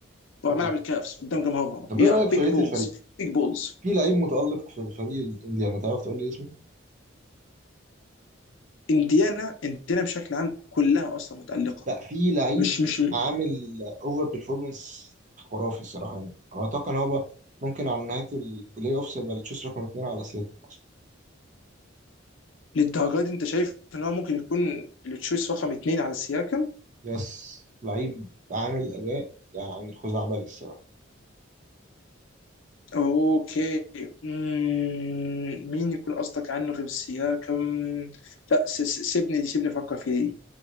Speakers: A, on the left; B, on the right.
A: وعمال
B: مم.
A: ألعب الكافز قدام جمهورهم
B: طب
A: يا
B: ايه رايك في
A: بيج
B: بقيه
A: بولز
B: الفريق
A: بيج بولز
B: في لعيب متالق في الفريق الانديانا تعرف تقول لي اسمه
A: انديانا انديانا بشكل عام كلها أصلا متألقة
B: لا في لعيب
A: مش مش
B: عامل اوفر بيرفورمانس خرافي الصراحه يعني اتوقع ان هو بقى ممكن على نهايه البلاي اوفس يبقى التشيس رقم اتنين على سياكم اصلا
A: للدرجة دي أنت شايف إن هو ممكن يكون التشويس رقم اثنين على السياكم
B: يس لعيب عامل اداء يعني خزعبلي الصراحه
A: اوكي مم. مين يكون قصدك عنه غير سياكم لا س- س- سيبني سيبني افكر في دي